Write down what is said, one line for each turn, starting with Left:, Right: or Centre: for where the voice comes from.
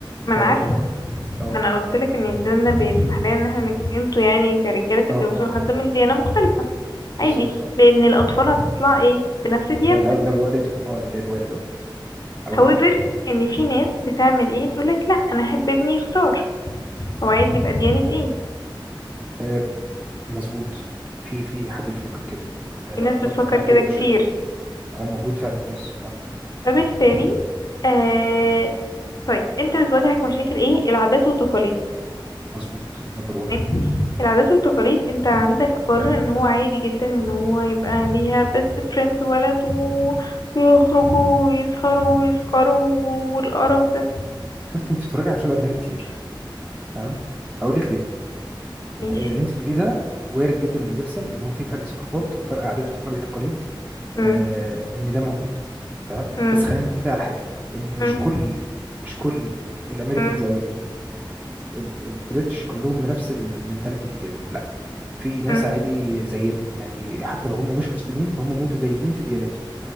Left: ما
Right: فده
Left: انا عارفه
Right: تمام اه
Left: ما انا قلت لك ان الدنيا بيسمح لنا ان احنا نج- انتوا يعني كرجاله تتجوزوا
Right: اه اه
Left: حد من ديانه مختلفه عادي
Right: بالظبط اه
Left: لان الاطفال هتطلع ايه بنفس ديانتك
Right: آه، لا- لو والدهم اه للوالد اه او
Left: however
Right: للاب
Left: ان في ناس بتعمل ايه تقولك لا انا احب ابني يختار هو عايز يبقى ديانة ايه
Right: آه، مظبوط في في حد بيفكر كده آه،
Left: في ناس
Right: اتفق
Left: بتفكر
Right: معاك
Left: كده
Right: وبشد
Left: كتير
Right: او موجود فعلا يس اه
Left: فبالتالي آه طيب انت هتواجهك مشاكل ايه العادات والتقاليد
Right: مظبوط نمبر 1
Left: تمام العادات والتقاليد انت عندك بره ان هو عادي جدا ان هو يبقى ليها بيست فريند ولد و... ويخرجوا ويسهروا ويسكروا والقرف ده
Right: شفت انت بتتفرج على شغل اجنبي كتير تمام اقول لك ليه
Left: ماشي
Right: آه، اللي انت بتقوليه ده وارد جدا انه يحصل ان هو في فرق ثقافات وفرق عادات وفرق تقاليد
Left: مم،
Right: آه ان ده موجود تمام
Left: مم،
Right: بس خلينا نتفق على حاجه ان مش
Left: مم،
Right: كل مش كل الامريكانز
Left: مم،
Right: او البريتش كلهم بنفس المنتاليتي دي كده لا في ناس
Left: مم،
Right: عادي زينا يعني حتى لو هم مش مسلمين فهم متدينين في ديانتهم